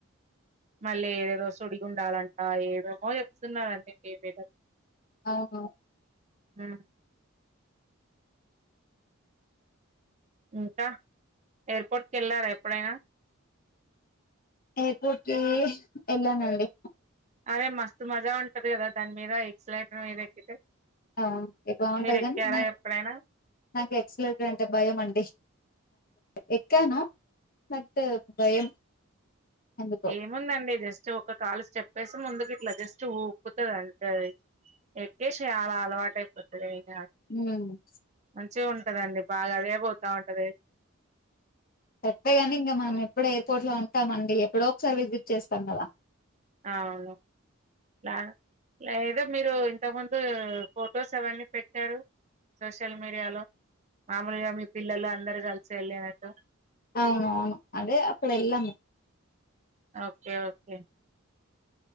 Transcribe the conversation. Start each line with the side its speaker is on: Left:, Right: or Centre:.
Right: మళ్ళీ ఏదేదో సుడి గుండాలంట ఏవేమో చెప్తున్నండి ఏమి
Left: అవును
Right: మ్ ఇంకా ఎర్పోర్ట్ కెళ్లార ప్పుడేనా
Left: ఏర్పోట్కి ఎల్లానండి
Right: అరే మస్తు మజా ఉంటది కదా దాని మీద ఎక్సలైటర్ మీద ఎక్కితే
Left: అవు ఎ బాగుంటది
Right: మీరు
Left: కానీ
Right: ఎక్కారా
Left: నా
Right: ఎప్పుడైనా
Left: నాకు ఎక్సలేటర్ అంటే భయం అండి ఎక్కనా మట్ భయం ఎందుకో
Right: ఏముందండి జస్ట్ ఒక కాలు స్టెప్పేసి ముందుకు ఇట్లా జస్ట్ ఊ కుత్తద అండి అది ఎక్కెసి అలా అలవాటైపో <unintelligible>
Left: మ్
Right: చ్చు ఉంటదండి బాగా అదే పోతా ఉంటది
Left: పెట్టేగాని ఇంకా మనం ఎప్పడు ఎయిర్పోర్ట్ లో ఉంటామండి ఎప్పుడో ఒకసారి విజిట్ చేస్తాం కదా
Right: అవును రా లేదు మీరు ఇంత ముందు ఫొటోస్ అవన్నీ పెట్టారు సోషల్ మీడియాలో మామూలుగా మీ పిల్లలు అందరూ కలిసి వెళ్ళినట్టు
Left: అవును అవును అదే అప్పుడు ఏళ్ళాము
Right: ఓకే. ఓకే.